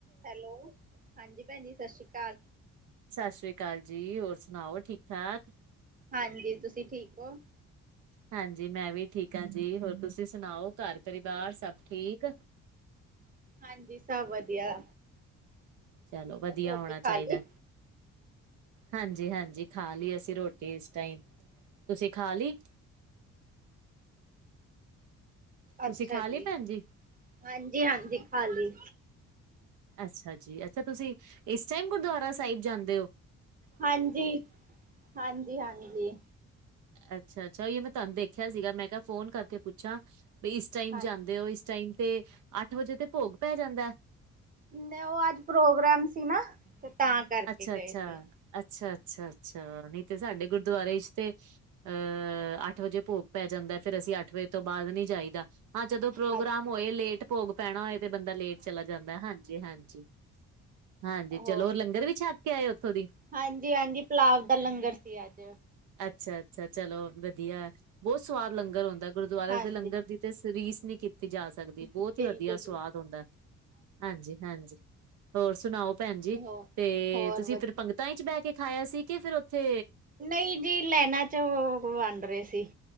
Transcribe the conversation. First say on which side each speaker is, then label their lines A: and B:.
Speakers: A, on the right; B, on the right.
A: Hello, ਹਾਂਜੀ ਭੈਣ ਜੀ ਸਸ ਸ਼੍ਰੀ ਕਾਲ।
B: ਸਸ ਸ਼੍ਰੀ ਕਾਲ ਜੀ। ਹੋਰ ਸੁਣਾਓ ਠੀਕ ਠਾਕ?
A: ਹਾਂਜੀ, ਤੁਸੀਂ ਠੀਕ ਓ।
B: ਹਾਂਜੀ ਮੈਂ ਵੀ ਠੀਕ ਆ ਜੀ, ਹੋਰ ਤੁਸੀਂ ਸੁਣਾਓ ਘਰ ਪਰਿਵਾਰ ਸਭ ਠੀਕ?
A: ਹਾਂਜੀ, ਸਭ ਵਧੀਆ।
B: ਚਲੋ, ਵਧੀਆ
A: ਰੋਟੀ
B: ਹੋਣਾ
A: ਖਾ
B: ਚਾਹੀਦਾ।
A: ਲਈ
B: ਹਾਂਜੀ -ਹਾਂਜੀ ਖਾ ਲਈ ਅਸੀਂ ਰੋਟੀ ਇਸ ਟਾਈਮ, ਤੁਸੀਂ ਖਾ ਲੀ? ਤੁਸੀਂ
A: ਅੱਛਾ
B: ਖਾ
A: ਜੀ,
B: ਲਈ ਭੈਣ
A: ਹਾਂਜੀ -ਹਾਂਜੀ ਖਾਲੀ।
B: ਅੱਛਾ ਜੀ, ਅੱਛਾ ਤੁਸੀਂ ਇਸ ਟਾਈਮ ਗੁਰਦੁਆਰਾ ਸਾਹਿਬ ਜਾਂਦੇ ਓ?
A: ਹਾਂਜੀ, ਹਾਂਜੀ ਹਾਂਜੀ।
B: ਅੱਛਾ- ਅੱਛਾ ਉਹੀ ਮੈਂ ਤੁਹਾਨੂੰ ਦੇਖਿਆ ਸੀਗਾ, ਮੈਂ ਕਿਹਾ ਫੋਨ ਕਰਕੇ ਪੁੱਛਾਂ ਵੀ ਇਸ ਟਾਈਮ
A: ਹਾਂ
B: ਜਾਂਦੇ ਓ, ਇਸ ਟਾਈਮ ਤੇ ਅੱਠ ਵਜੇ ਤੇ ਭੋਗ ਪੈ ਜਾਂਦਾ ਐ।
A: ਮੈਂ ਉਹ ਅੱਜ ਪ੍ਰੋਗਰਾਮ ਸੀ ਨਾ ਤਾਂ ਕਰਕੇ
B: ਅੱਛਾ
A: ਗਏ
B: -ਅੱਛਾ,
A: ਸੀ
B: ਅੱਛਾ ਅੱਛਾ ਅੱਛਾ ਨੀ ਤੇ ਸਾਡੇ ਗੁਰਦੁਆਰੇ ਚ ਤੇ ਅਹ ਅੱਠ ਵਜੇ ਭੋਗ ਪੈ ਜਾਂਦਾ, ਫੇਰ ਅਸੀਂ ਅੱਠ ਵਜੇ ਤੋਂ ਬਾਅਦ ਨੀ ਜਾਈਦਾ। ਹਾਂ ਜਦੋਂ ਪ੍ਰੋਗਰਾਮ
A: ਹਾਂ
B: ਹੋਏ ਲੇਟ ਭੋਗ ਪੈਣਾ ਹੋਏ ਤੇ ਬੰਦਾ ਲੇਟ ਚਲਾ ਜਾਂਦਾ। ਹਾਂਜੀ -ਹਾਂਜੀ, ਹਾਂਜੀ
A: ਹੋਰ
B: ਚਲੋ ਲੰਗਰ ਵੀ ਛੱਕ ਕੇ ਆਏ, ਉੱਥੋਂ ਦੀ?
A: ਹਾਂਜੀ -ਹਾਂਜੀ, ਪਲਾਵ ਦਾ ਲੰਗਰ ਸੀ ਅੱਜ।
B: ਅੱਛਾ -ਅੱਛਾ ਚਲੋ ਵਧੀਆ, ਬਹੁਤ ਸਵਾਦ ਲੰਗਰ ਹੁੰਦਾ, ਗੁਰਦੁਆਰੇ
A: ਹਾਂਜੀ
B: ਦੇ ਲੰਗਰ ਦੀ ਤੇ ਰੀਸ ਨਹੀਂ ਕੀਤੀ ਜਾ ਸਕਦੀ, ਬਹੁਤ
A: ਬਿਲਕੁਲ
B: ਹੀ ਵਧੀਆ ਸਵਾਦ
A: ਜੀ।
B: ਹਉਂਦਾ, ਹਾਂਜੀ। ਹੋਰ ਸੁਣਾਓ ਭੈਣ ਜੀ,
A: ਹੋਰ
B: ਤੇ
A: ਹੋਰ
B: ਤੁਸੀਂ
A: ਵਧੀਆ
B: ਫਿਰ ਪੰਗਤ ੱਤਾ 'ਚ ਬਹਿ ਕੇ ਖਾਇਆ ਸੀ, ਕਿ ਫਿਰ ਉੱਥੇ
A: ਨਹੀਂ ਜੀ, ਲੈਨਾਂ ਚ ਉਹ ਵੰਡ ਰਹੇ ਸੀ।